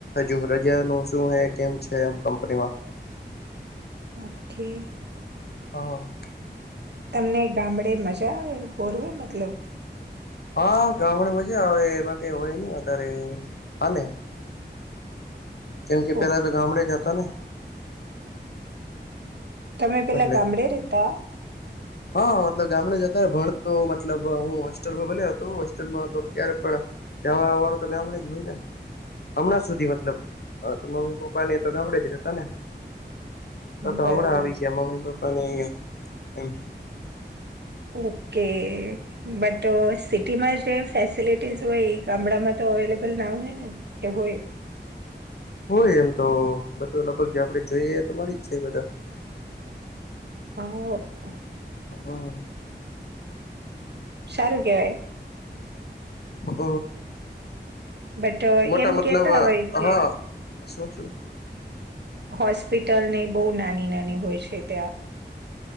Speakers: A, on the left; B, on the right.
A: હજુ રજા ન શું હે કેમ છે એમ કંપનીમાં <unintelligible> <inaudible>
B: ઓકે.
A: હા <inaudible>
B: તમને ગામડે મજા આવે હોરવે મતલબ
A: હા ગામડે મજા આવે એમાં કંઈ હોય નહીં વઘારે હાલે. કેમ કે પેલા
B: ઓ
A: તો ગામડે જતા ને.
B: તમે પેલા
A: એટલે
B: ગામડે રેતા
A: હા મતલબ ગામડે જ ભણતો મતલબ હું હોસ્ટેલમાં ભણ્યો હતો, હોસ્ટેલમાં તો ત્યારે પણ જાવાવાવાનું તો ગામ હોયને <inaudible> હમણાં સુધી મતલબ તો મમ્મી પપ્પા ને તો ગામડે જ રહેતા ને. હા
B: બરોબર
A: તો હમણાં
B: છે.
A: આવી મમ્મી પપ્પા ને એમ.
B: ઓકે મેંતો સિટીમાં જે ફેસિલિટીસ હોય ગામડામાં તો અવેલેબલ ના હોય ને કે હોય.
A: હ <inaudible> હોય એમ તો બધું લગભગ જે આપણેે જોઈએ, તો મળી જ જ બધા
B: હા <inaudible>
A: હ <inaudible>
B: સારું કહેવાય.
A: હ
B: બટ
A: મોટા
B: એમ
A: મતલબ
B: કેતા હોય કે
A: હા શું શું <inaudible>
B: હોસ્પિટલની બહુ નાની નાની હોય છે, ત્યાં